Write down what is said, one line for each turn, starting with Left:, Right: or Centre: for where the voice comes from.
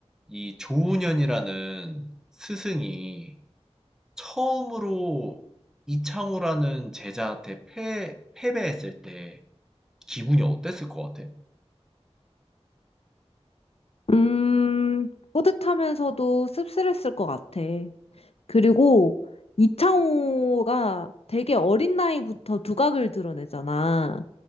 Centre: 이 조훈현이라는 스승이 처음으로 이창호라는 제자한테 패, 패배했을 때 기분이 어땠을 것 같아?
Left: 음, 뿌듯하면서도 씁쓸했을 것 같아. 그리고 이창호가 되게 어린 나이부터 두각을 드러내잖아.